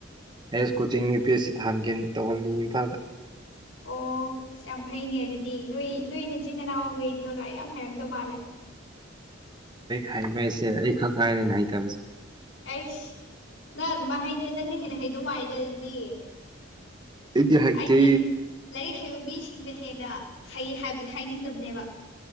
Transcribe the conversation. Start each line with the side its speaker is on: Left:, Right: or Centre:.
Right: ꯍꯥꯏꯌꯔꯁ coaching U P S C ꯊꯍꯒꯦ ꯇꯧꯍꯜꯂꯤ ꯏꯝꯐꯥꯜꯗ
Left: ꯑꯣ ꯑꯁ ꯌꯥꯝ ꯐꯩꯅꯦ ꯑꯗꯨꯗꯤ ꯅꯣꯏ ꯅꯣꯏ ꯅꯆꯤꯟ ꯏꯅꯥꯎꯈꯩꯗꯣ ꯂꯥꯏꯔꯤꯛ ꯌꯥꯝ ꯍꯩꯔꯝꯗꯧ ꯃꯥꯜꯂꯦ
Right: ꯍꯥꯏꯕ ꯍꯥꯏꯁꯦ ꯑꯩꯈꯛ ꯍꯥꯏꯔꯦꯅꯦ ꯍꯩꯇꯕꯁꯦ
Left: ꯑꯩꯁ ꯅꯪ ꯑꯗꯨꯃꯥꯏꯅ ꯍꯩꯗꯣꯏ ꯅꯪꯅ ꯍꯦꯟꯅ ꯍꯩꯗꯧ ꯃꯥꯗ ꯑꯗꯨꯗꯤ
Right: ꯏꯗꯤꯦ ꯍꯥꯏꯥꯏꯇ
Left: ꯑꯩꯗꯤ ꯂꯥꯏꯔꯤꯛ ꯍꯩꯕ ꯃꯤꯁꯤꯡꯅ ꯍꯦꯟꯅ ꯍꯩ ꯍꯥꯏꯕꯗ ꯍꯥꯏꯅꯤꯡꯗꯕꯅꯦꯕ